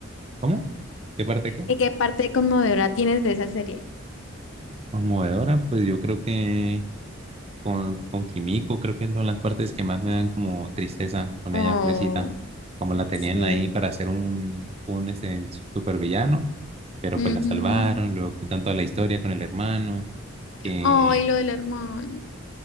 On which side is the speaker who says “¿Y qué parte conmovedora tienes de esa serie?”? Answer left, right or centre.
Left